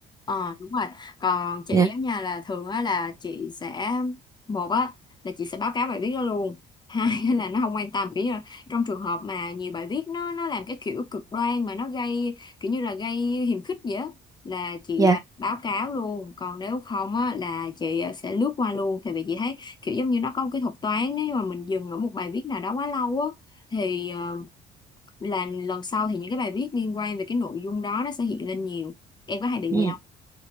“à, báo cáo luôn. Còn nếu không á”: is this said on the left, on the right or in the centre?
Left